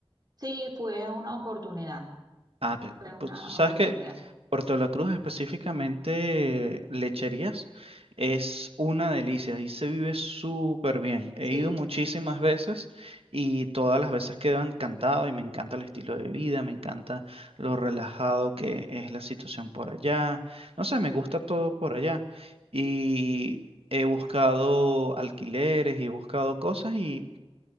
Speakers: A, on the right (about 45°); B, on the right (about 75°).
A: Sí, fue una oportunidad,
B: Ah, pe-
A: fue una
B: pues tú sabes
A: oportunidad.
B: que Puerto la Cruz, específicamente Lecherías, es una delicia. Ahí se vive súper bien. He
A: Sí,
B: ido muchísimas veces y todas las veces quedo encantado y me encanta el estilo de vida, me encanta lo relajado que es la situación por allá. No sé, me gusta todo por allá. Y he buscado alquileres y he buscado cosas y